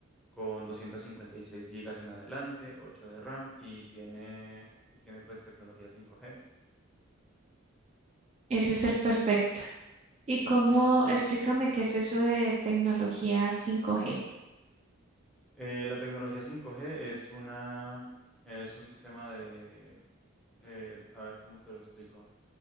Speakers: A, in the centre; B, on the right.
A: con 256 gigas en adelante, 8 de RAM y tiene, y tiene pues tecnología 5G.
B: Ese es el perfecto. ¿Y cómo,
A: Sí.
B: explícame qué es eso de tecnología cinco g
A: Eh, la tecnología 5G es una, es un sistema de, eh, a ver cómo te lo explico,